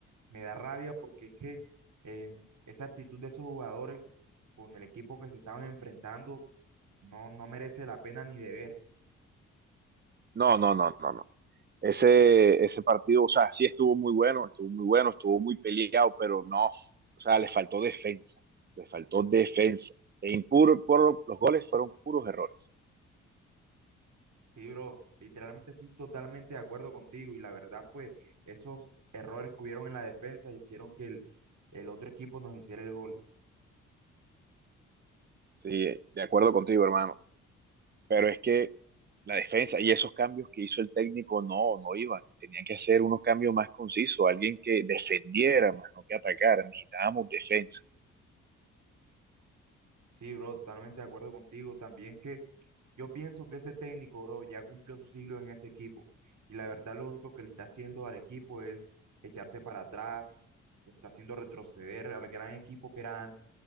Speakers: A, on the right (about 50°); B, on the right (about 25°).
A: me da rabia porque es que eh, esa actitud de esos jugadores con el equipo que se estaban enfrentando no, no merece la pena ni de ver.
B: No, no, no, no, no. Ese, ese partido, o sea, sí estuvo muy bueno, estuvo muy bueno, estuvo muy peleado, pero no, o sea, le faltó defensa, le faltó defensa. E impuro, por, los goles fueron puros errores.
A: Sí, bro, literalmente estoy totalmente de acuerdo contigo y la verdad, pues esos errores que hubieron en la defensa hicieron que el, el otro equipo nos hiciera el gol.
B: Sí, de acuerdo contigo, hermano. Pero es que la defensa y esos cambios que hizo el técnico no, no iban. Tenían que hacer unos cambios más concisos, alguien que defendiera más, no que atacara. Necesitábamos defensa.
A: Sí, bro, totalmente de acuerdo contigo. También es que yo pienso que ese técnico, bro, ya cumplió su siglo en ese equipo y la verdad lo único que le está haciendo al equipo es echarse para atrás, lo está haciendo retroceder al gran equipo que era antes,